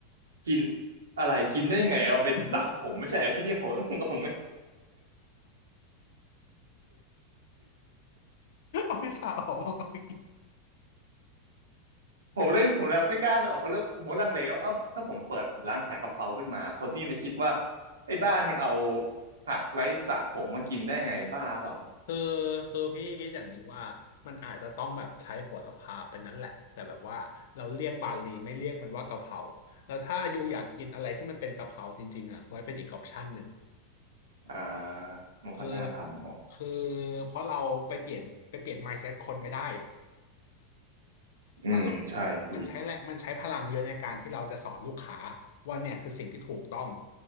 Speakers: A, on the right; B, on the left.
A: กินอะไรกินได้ไงเอาไปสระผมไม่ใช่เหรอที่นี่ผมก็งง
B: <laughs> เอาไปสระผมเอาไปกิน
A: ผมเลยผมเลยไม่กล้าออกเพราะเริ่มผมก็ลังเลว่าเอ้าถ้าผมเปิดร้านขายกะเพราขึ้นมาคนนี่มันจะคิดว่าไอ้บ้านมันเอาผักไร้สระผมมากินได้ไงบ้าเปล่า
B: คือคือพี่คิดอย่างนี้ว่ามันอาจจะต้องแบบใช้โหระพาเป็นนั้นแหละแต่แบบว่าเราเลี่ยงบาลีไม่เรียกมันว่ากะเพราแล้วถ้าอยู่อยากกินอะไรที่มันเป็นกะเพราจริงๆอ่ะคอยเป็นอีกออปชันหนึ่ง
A: อ่ามันก็น่าทำเนาะ
B: คือคือเพราะเราไปเปลี่ยนไปเปลี่ยน mindset คนไม่ได้
A: <coughs> อืมใช่พี่
B: ถ้าเรามันใช้แรงมันใช้พลังเยอะในการที่เราจะสอนลูกค้าว่าเนี่ยคือสิ่งที่ถูกต้อง